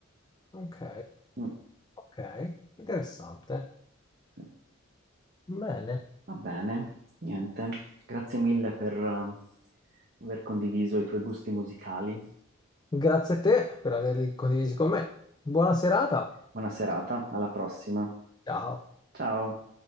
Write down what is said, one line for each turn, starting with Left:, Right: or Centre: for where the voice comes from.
Left: Ok,
Right: Mm,
Left: ok, interessante.
Right: sì.
Left: Bene.
Right: Va bene, niente, grazie mille per eh, aver condiviso i tuoi gusti musicali.
Left: Grazie a te per averli condivisi con me. Buona serata.
Right: Buona serata, alla prossima.
Left: Ciao.
Right: Ciao.